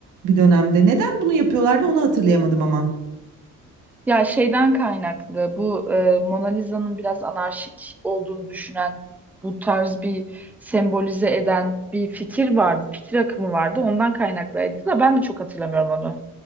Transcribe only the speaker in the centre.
Ya şeyden kaynaklı bu e, Mona Lisa'nın biraz anarşik olduğunu düşünen bu tarz bir sembolize eden bir fikir vardı. Fikir akımı vardı. Ondan kaynaklıydı da ben de çok hatırlamıyorum onu.